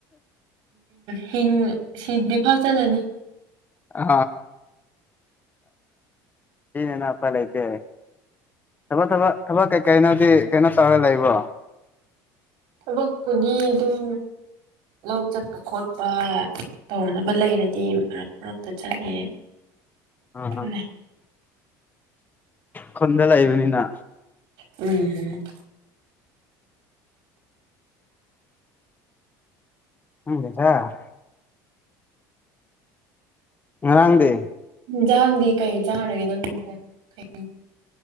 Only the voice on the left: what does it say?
ꯑ ꯑꯅꯄꯥ ꯂꯩꯥꯏꯇ ꯊꯕꯛ ꯊꯕꯛ ꯊꯕꯛ ꯀꯩꯀꯩꯅꯣꯗꯤ ꯀꯩꯅꯣ ꯇꯧꯔꯒ ꯂꯩꯕ꯭ꯔꯣ
ꯑ ꯑ
ꯈꯟꯗ ꯂꯥꯏꯕꯅꯤꯅ
ꯎꯝ ꯂꯩꯗ ꯔꯥꯡꯗꯦ